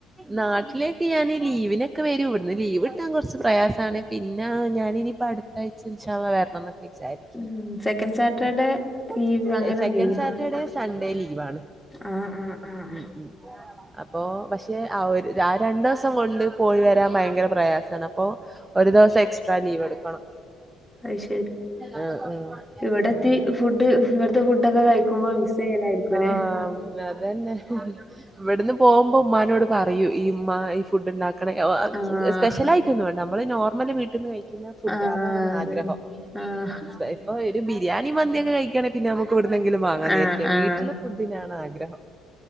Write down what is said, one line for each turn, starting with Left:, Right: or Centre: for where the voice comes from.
Right: നാട്ടിലേക്ക് ഞാന് ലീവിനൊക്കെ വരും ഇവിടന്ന് ലീവ് കിട്ടാൻ കൊറച്ച് പ്രയാസണ് പിന്നെ ഞാനിനിപ്പം അടുത്ത ആഴ്ച ഇൻശാ അല്ലാഹ് വരണം എന്നൊക്കെ വിചാരിക്കുന്നു
Centre: ഉം സെക്കൻഡ് സാറ്റർഡേ
Right: ഉം
Centre: ലീവ് അങ്ങനൊന്നുല്ലേ
Right: സെക്കൻഡ് സാറ്റർഡേ സൺഡേ ലീവാണ്
Centre: ആഹ് ആഹ് ആഹ്
Right: ഉം ഉം അപ്പോ പക്ഷെ ആ ഒരു ആ രണ്ടു ദിവസം കൊണ്ട് പോയി വരാൻ ഭയങ്കര പ്രയാസണ് അപ്പോ ഒരു ദിവസം എക്സ്ട്രാ ലീവ് എടുക്കണം
Centre: അത് ശരി
Right: ആഹ് ആഹ്
Centre: ഇവിടെത്തി
Right: അങ്ങനാണ്
Centre: ഫുഡ് ഇവിടുത്തെ ഫുഡൊക്കെ കഴിക്കുമ്പോ മിസ് ചെയ്യലായിരിക്കുംല്ലേ
Right: ആഹ് മ് അതന്നെ ഇവടുന്ന് പോവുമ്പം ഉമ്മാനോട് പറയും ഈ ഉമ്മാ ഈ ഫുഡ് ഉണ്ടാ ക്കണം
Centre: ആഹ്
Right: സ്പെഷ്യലായിട്ടൊന്നും വേണ്ട നമ്മള് നോർമല് വീട്ടിൽ നിന്ന് കഴിക്കുന്ന ഫുഡ്
Centre: ആഹ്
Right: അതാണ്
Centre: അതന്നെ
Right: ആഗ്രഹം
Centre: ആഹ്
Right: സ്പെ- ഇപ്പൊ ഒരു ബിരിയാണി മന്തി ഒക്കെ കഴിക്കാണെങ്കി പിന്നേ നമ്മക്ക് ഇവിടെന്നെങ്കിലും വാങ്ങാന്നിരിക്കാം
Centre: ആഹ് ആഹ്
Right: വീട്ടിലെ ഫുഡിനാണ് ആഗ്രഹം